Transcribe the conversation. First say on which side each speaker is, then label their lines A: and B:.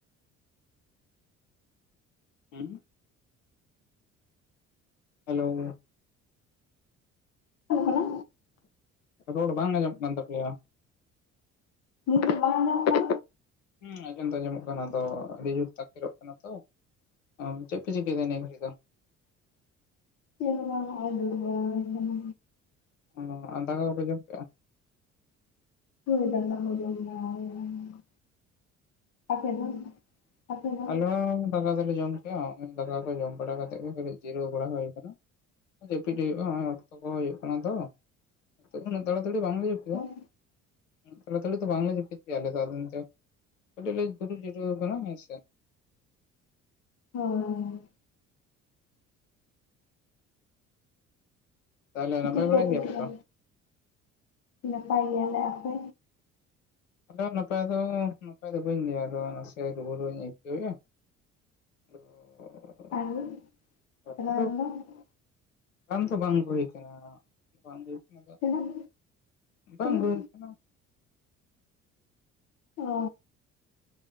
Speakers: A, on the left (about 75°); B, on the left (about 40°).
A: ᱩᱸ ᱦᱩᱜ ᱦᱮᱞᱳ
B: <unintelligible> ᱠᱟᱱᱟ
A: ᱨᱚᱲ ᱵᱟᱝ ᱟᱸᱡᱚᱢᱚᱜ ᱠᱟᱱ ᱛᱟᱯᱮᱭᱟ᱾
B: ᱜᱚᱝᱠᱮ ᱵᱟᱝ ᱟᱸᱡᱚᱢᱚᱜ ᱠᱟᱱ
A: ᱦᱩᱸ ᱟᱸᱡᱚᱢ ᱫᱚ ᱟᱸᱡᱚᱢᱚᱜ ᱠᱟᱱᱟ ᱫᱚ ᱟᱹᱰᱤ ᱡᱳᱨ ᱛᱟᱠᱮᱨᱚᱜ ᱠᱟᱱᱟ ᱛᱚ᱾ ᱚ ᱪᱮᱜ ᱯᱮ ᱪᱤᱠᱟᱹᱭ ᱫᱟ ᱱᱤᱭᱟᱹ ᱜᱷᱟᱲᱤᱡ ᱫᱚ?
B: ᱪᱮᱫ ᱦᱚᱸ ᱵᱟᱝ ᱱᱚᱜ-ᱚᱭ ᱫᱩᱲᱩᱵᱽ ᱵᱟᱲᱟ ᱠᱟᱱᱟ᱾
A: ᱚ ᱟᱨ ᱫᱟᱠᱟ ᱠᱚᱯᱮ ᱡᱚᱢ ᱠᱮᱜ-ᱟ?
B: ᱦᱚᱭ ᱫᱟᱠᱟ ᱦᱚᱸ ᱡᱚᱢ ᱵᱟᱲᱟ ᱦᱩᱭᱩᱜᱼᱟ, ᱟᱯᱮ ᱫᱚ? ᱟᱯᱮ ᱫᱚ
A: ᱟᱞᱮ ᱦᱚᱸ ᱫᱟᱠᱟ ᱫᱚᱞᱮ ᱡᱚᱢ ᱠᱮᱜ-ᱟ᱾ ᱫᱟᱠᱟ ᱠᱚ ᱡᱚᱢ ᱵᱟᱲᱟ ᱠᱟᱛᱮᱫ ᱜᱮ ᱠᱟᱹᱴᱤᱡ ᱡᱤᱨᱟᱹᱣ ᱵᱟᱲᱟ ᱦᱩᱭ ᱠᱟᱱᱟ᱾ ᱡᱟᱹᱯᱤᱫ ᱦᱩᱭᱩᱜ-ᱟ ᱱᱚᱜ-ᱚᱭ ᱚᱠᱛᱚ ᱠᱚ ᱦᱩᱭᱩᱜ ᱠᱟᱱᱟ ᱫᱚ᱾ ᱱᱤᱛᱳᱜ ᱫᱚ ᱩᱱᱟᱹᱜ ᱛᱟᱲᱟᱛᱟᱲᱤ ᱵᱟᱝᱞᱮ ᱡᱟᱹᱯ <unintelligible>
B: ᱦᱳᱭ
A: ᱩᱱᱟᱹᱜ ᱛᱟᱲᱟᱛᱟᱲᱤ ᱫᱚ ᱵᱟᱝᱞᱮ ᱡᱟᱯᱤᱫ ᱜᱮᱭᱟ ᱟᱞᱮ ᱫᱚ ᱟᱫᱚ ᱡᱟᱣ ᱠᱟᱴᱤᱡ ᱞᱮ ᱫᱩᱲᱩᱵᱽ ᱡᱤᱨᱟᱹᱣ ᱠᱟᱱᱟ ᱦᱮᱸ ᱥᱮ᱾
B: ᱦᱳᱭ
A: ᱛᱟᱦᱚᱞᱮ ᱱᱟᱯᱟᱭ
B: ᱪᱮᱫ
A: ᱵᱟᱲᱟ
B: ᱯᱮ ᱩᱛᱩ
A: ᱜᱮᱭᱟᱯᱮ
B: ᱠᱮᱜᱼᱟ,
A: ᱛᱚ?
B: ᱱᱟᱯᱟᱭ ᱜᱮᱭᱟᱞᱮ, ᱟᱯᱮ?
A: ᱟᱞᱮ ᱱᱟᱯᱟᱭ ᱫᱚ, ᱱᱟᱯᱟᱭ ᱫᱚ ᱵᱟᱹᱧ ᱞᱟᱹᱭᱟ, ᱟᱫᱚ ᱱᱟᱥᱮ ᱨᱩᱣᱟᱹ ᱨᱩᱣᱟᱹᱧ ᱟᱹᱭᱠᱟᱹᱣᱮᱜᱼᱟ, <unintelligible>
B: <unintelligible> <unintelligible>
A: ᱦᱳᱭ
B: ᱫᱚ
A: ᱟᱫᱚ ᱨᱟᱱ ᱫᱚ ᱵᱟᱝ ᱟᱜᱩ ᱦᱩᱭ ᱠᱟᱱᱟ ᱵᱟᱝ ᱦᱩᱭ ᱠᱟᱱᱟ ᱟᱫᱚ
B: ᱛᱤᱱᱟᱹᱜ
A: ᱵᱟᱝ
B: ᱛᱤᱱᱟᱹᱜ
A: ᱦᱩᱭ ᱠᱟᱱᱟ᱾
B: ᱚ